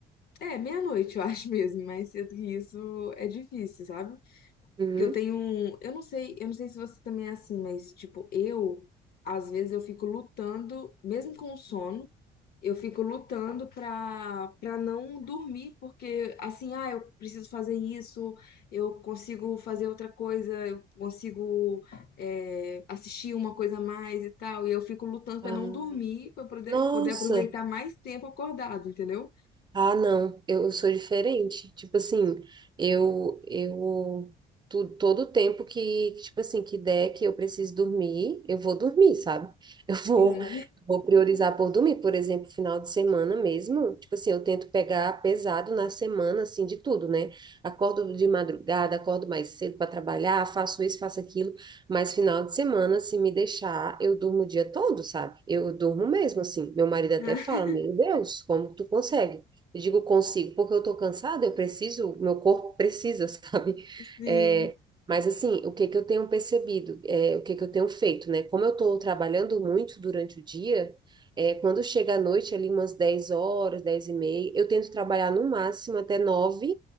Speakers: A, on the left; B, on the right.
A: é, meia-noite eu <laughs> acho mesmo, mais cedo que isso é difícil, sabe?
B: Uhum.
A: Porque eu tenho um, eu não sei, eu não sei se você também é assim, mas tipo, eu às vezes eu fico lutando, mesmo com sono, eu fico lutando para para não dormir, porque assim, ah, eu preciso fazer isso, eu consigo fazer outra coisa, eu consigo é, assistir uma coisa a mais e tal, e eu fico lutando
B: Ah,
A: para não dormir, para poder,
B: Nossa.
A: poder aproveitar mais tempo acordado, entendeu?
B: Ah, não, eu sou diferente. Tipo assim, eu eu tu- todo o tempo que, tipo assim, que der que eu preciso dormir, eu vou dormir, sabe? <laughs> Eu vou
A: Sim.
B: eu vou priorizar por dormir, por exemplo, final de semana mesmo. Tipo assim, eu tento pegar pesado na semana assim de tudo, né? Acordo de madrugada, acordo mais cedo para trabalhar, faço isso, faço aquilo, mas final de semana, se me deixar, eu durmo o dia todo, sabe? Eu durmo mesmo assim. Meu marido até
A: <laughs>
B: fala: "Meu Deus, como tu consegue?" Eu digo consigo, porque eu tô cansada, eu preciso, meu corpo precisa, <laughs> sabe?
A: Sim.
B: É, mas assim, o que que eu tenho percebido, é, o que que eu tenho feito, né? Como eu tô trabalhando muito durante o dia, é, quando chega à noite, ali umas 10 horas, 10 e meia, eu tento trabalhar no máximo até nove